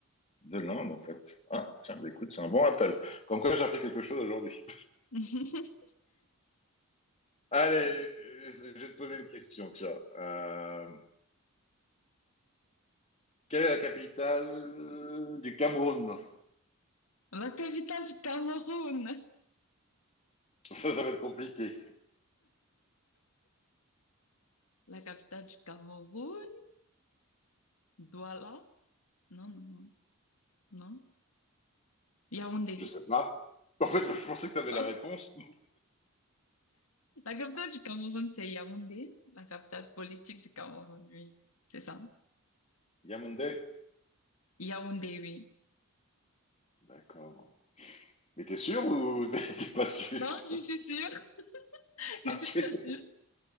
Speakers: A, on the left; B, on the left.
A: de l'Inde, en fait. Ah, tiens, bah écoute, c'est un bon appel. Comme quoi, j'ai appris quelque chose aujourd'hui.
B: <laughs>
A: Allez, je vais te poser une question, tiens. Euh, quelle est la capitale du Cameroun?
B: La capitale du Cameroun.
A: Ça, ça va être compliqué.
B: La capitale du Cameroun, Douala. Non, non, non, non. Yaoundé.
A: Je sais pas. En fait, je pensais que tu avais
B: Ok.
A: la réponse.
B: La capitale du Cameroun, c'est Yaoundé. La capitale politique du Cameroun, oui. C'est ça.
A: Yamonde.
B: Yaoundé, oui.
A: D'accord. Mais t'es sûr
B: Oui.
A: ou <laughs> t'es pas sûr
B: Non, je suis sûre.
A: <laughs>
B: <laughs> Je
A: Ok.
B: suis très sûre.